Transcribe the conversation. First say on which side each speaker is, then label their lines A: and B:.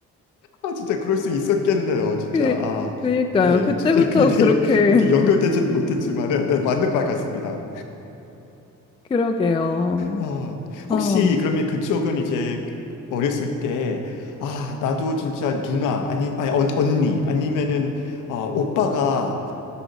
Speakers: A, on the left (about 85°); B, on the left (about 20°).
A: 아, 진짜 그럴 수 있었겠네요, 진짜.
B: 그,
A: 아,
B: 그니까요.
A: 네,
B: 그때부터
A: 진짜 그게 내
B: 그렇게
A: 연- 이렇게 연결되진 못했지만은, 네, 맞는 말 같습니다.
B: 그러게요.
A: 어,
B: 어.
A: 혹시 그러면 그쪽은 이제 어렸을 때, 아, 나도 진짜 누나, 아니, 아니, 언, 언니, 아니면은, 어, 오빠가